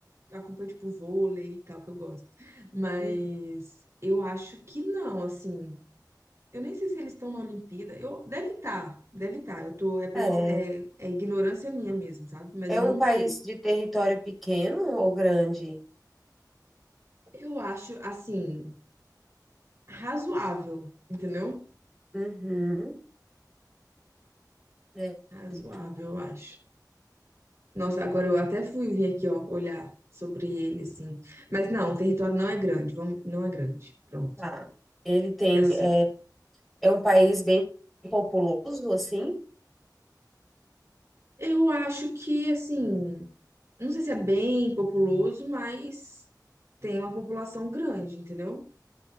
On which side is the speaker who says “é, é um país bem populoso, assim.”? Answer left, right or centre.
Centre